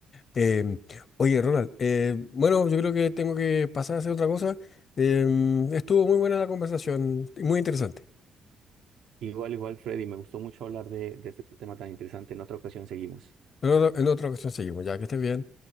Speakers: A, on the left; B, on the right.
A: Em, oye, Ronald, eh, bueno, yo creo que tengo que pasar a hacer otra cosa. Em, estuvo muy buena la conversación, muy interesante.
B: Igual, igual, Freddy, me gustó mucho hablar de, de este tema tan interesante. En otra ocasión seguimos.
A: Pero en otra ocasión seguimos, ya que estés bien.